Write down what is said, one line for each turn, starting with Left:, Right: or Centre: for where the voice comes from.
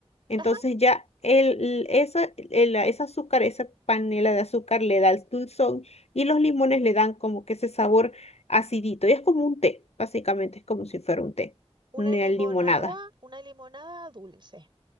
Left: Entonces
Right: Ajá,
Left: ya el, esa, el- ese azúcar, esa panela de azúcar le da el dulzón y los limones le dan como que ese sabor acidito. Y es como un té, básicamente, es como si fuera un té, una
Right: una limonada,
Left: limonada.
Right: una limonada dulce.